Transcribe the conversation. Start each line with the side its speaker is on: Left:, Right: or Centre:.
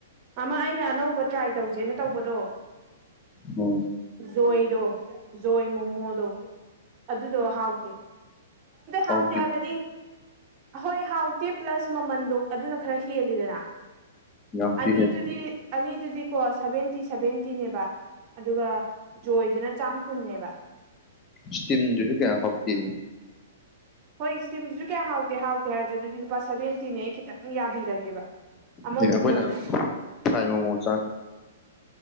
Right: ꯑꯃ ꯑꯩꯅ ꯑꯅꯧꯕ ꯇ꯭ꯔꯥꯏ ꯇꯧꯖꯦꯅ ꯇꯧꯕꯗꯣ
Left: ꯎꯝ
Right: ꯈꯣꯏꯗꯣ ꯈꯣꯏ ꯃꯣꯃꯣꯗꯣ ꯑꯗꯨꯗꯣ ꯍꯥꯎꯗꯦ ꯍꯥꯎꯗꯦ
Left: ꯍꯥꯎꯇꯦ
Right: ꯍꯥꯏꯕꯗꯤ ꯍꯣꯏ ꯍꯥꯎꯇꯦ ꯄ꯭ꯂꯁ ꯃꯃꯟꯗꯣ ꯑꯗꯨꯅ ꯈꯔ ꯍꯦꯜꯂꯤꯗꯅ
Left: ꯌꯥꯝ ꯊꯤ
Right: ꯑꯅꯤꯗꯨꯗꯤ
Left: ꯍꯦꯟ
Right: ꯑꯅꯤꯗꯨꯗꯤꯀꯣ ꯁꯚꯦꯟꯇꯤ ꯁꯚꯦꯟꯇꯤꯅꯦꯕ ꯑꯗꯨꯒ ꯖꯣꯏꯗꯨꯅ ꯆꯥꯝ ꯀꯨꯟꯅꯦꯕ
Left: ꯁ꯭ꯇꯤꯝꯗꯨꯁꯨ ꯀꯌꯥ ꯍꯥꯎꯇꯦ
Right: ꯍꯣꯢ ꯁ꯭ꯇꯤꯝꯗꯨꯁꯨ ꯀꯌꯥ ꯍꯥꯎꯇꯦ ꯍꯥꯎꯇꯦ ꯍꯥꯏꯔꯁꯨ ꯑꯗꯨꯗꯤ ꯂꯨꯄꯥ ꯁꯚꯦꯟꯇꯤꯅꯦ ꯑꯩ ꯈꯤꯇꯪ ꯌꯥꯕꯤꯔꯒꯦ ꯑꯃꯗꯨꯗꯤ
Left: ꯑꯩꯈꯣꯏꯅ
Right: ꯌꯦꯡꯎꯅꯦ
Left: ꯐ꯭ꯔꯥꯏ ꯃꯣꯃꯣ ꯆꯥ